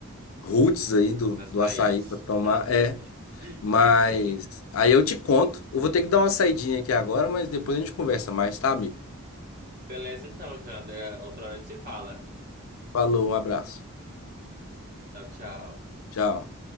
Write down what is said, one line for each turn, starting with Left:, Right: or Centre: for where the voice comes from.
Left: roots aí do,
Right: as
Left: do
Right: raízes.
Left: açaí pra tomar. É,
Right: <laughs>
Left: mas
Right: Sim.
Left: aí eu te conto. Eu vou ter que dar uma saidinha aqui agora, mas depois a gente conversa mais, tá, amigo?
Right: Beleza então, Janda. Outra hora a gente se fala.
Left: Falou, um abraço.
Right: Tchau, tchau.
Left: Tchau.